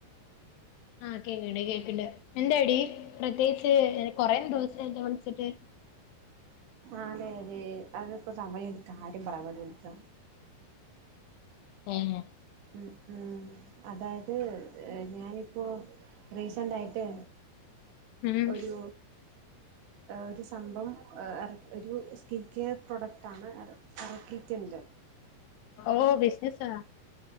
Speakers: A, on the left; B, on the right.
A: ആ കേ കേക്കിണ്ട് എന്താടി പ്രത്യേകിച്ച് കൊറെേ ദിവസായില്ല വിളിച്ചിട്ട്
B: ആതെ അതെ അതൊപ്പോ സമയം കാര്യം പറയാൻ വേണ്ടി വിളിച്ചാ
A: ഏഹ്
B: ഉ ഉം അതായത് ഞാനി പ്പോ റീസെന്റ് ആയിട്ട്
A: ഉം
B: ഒരു ഒരു സംഭവം എറ ഒരു സ്കിൻ കെയർ പ്രോഡക്റ്റ് ആണ് അത് ഇറക്കിട്ടുണ്ട്
A: ഓ ബിസിനസാ